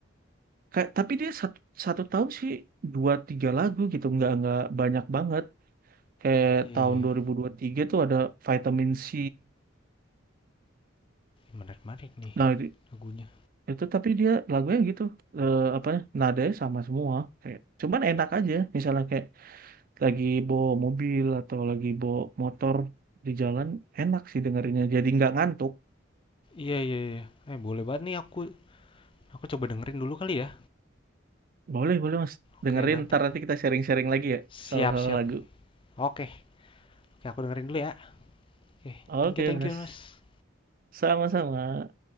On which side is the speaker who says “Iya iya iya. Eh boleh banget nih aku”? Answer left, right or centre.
Left